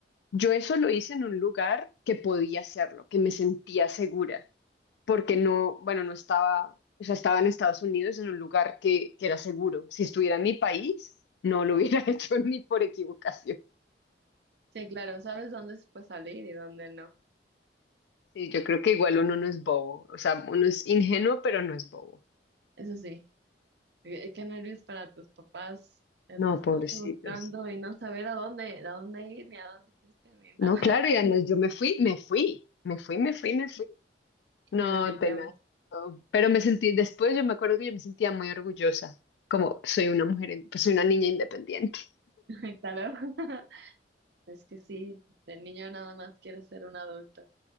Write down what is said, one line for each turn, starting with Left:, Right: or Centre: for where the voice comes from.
Left: yo eso lo hice en un lugar que podía hacerlo, que me sentía segura, porque no, bueno, no estaba, o sea, estaba en Estados Unidos en un lugar que, que era seguro. Si estuviera en mi país, no lo hubiera <laughs> hecho ni por equivocación.
Right: Sí, claro, sabes dónde se puede salir y dónde no.
Left: Sí, yo creo que igual uno no es bobo, o sea, uno es ingenuo, pero no es bobo.
Right: Eso sí, qué qué nervios para tus papás el
Left: No,
Right: estarte
Left: pobrecitos.
Right: buscando y no saber a dónde, a dónde ir, ni a dónde fuiste, ni nada.
Left: No,
Right: <laughs>
Left: claro, ya no, yo me fui, me fui, me fui, me fui, me fui. No,
Right: Sí, definitivamente,
Left: tenaz. no. Pero me sentí, después yo me acuerdo que yo me sentía muy orgullosa, como soy una mujer, in- pues soy una niña independiente.
Right: <laughs> claro. <laughs> Es que sí, de niño nada más quiere ser un adulto.